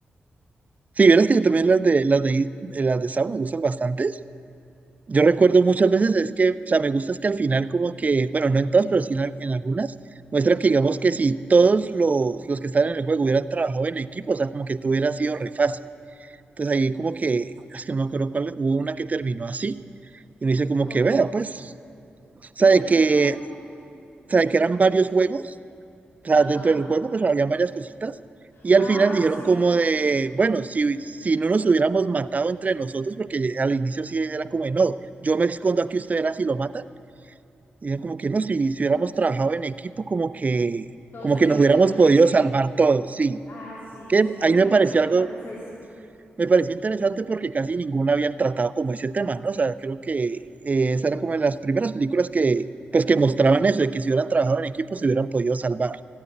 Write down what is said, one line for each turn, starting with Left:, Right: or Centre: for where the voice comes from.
Right: sí, verás que también las de las de, las de Saw me gustan bastante. Yo recuerdo muchas veces es que, o sea, me gusta es que al final como que, bueno, no en todas, pero sí en, al- en algunas, muestran que digamos que si todos los, los que están en el juego hubieran trabajado en equipo, o sea, como que tú hubiera sido re fácil. Entonces ahí como que, es que no me acuerdo cuál, hubo una que terminó así, y me dice como
Left: ¿Cómo?
Right: que, vea, pues, o sea,
Left: ¿Qué
Right: de
Left: terminó
Right: que,
Left: cómo?
Right: o sea, de que eran varios juegos, o sea,
Left: Ajá.
Right: dentro del juego pues habían varias cositas, y
Left: Ah,
Right: al final dijeron
Left: sí.
Right: como de, bueno, si, si no nos hubiéramos matado entre nosotros, porque al inicio sí era como de, no, yo me escondo aquí, ustedes así lo matan Y es como que no, si, si hubiéramos trabajado en equipo, como que,
Left: Todos
Right: como
Left: hubieran
Right: que nos
Left: podido
Right: hubiéramos
Left: sobrevivir.
Right: podido salvar todos, sí.
Left: Ah, sí,
Right: Que
Left: sí.
Right: ahí
Left: Ay,
Right: me
Left: no
Right: pareció
Left: me acuerdo
Right: algo,
Left: cuál es esa.
Right: me pareció interesante porque casi ninguna había tratado como ese tema, ¿no? O sea, creo que eh, esa era como de las primeras películas que, pues, que mostraban eso, de que si hubieran trabajado en equipo se hubieran podido salvar.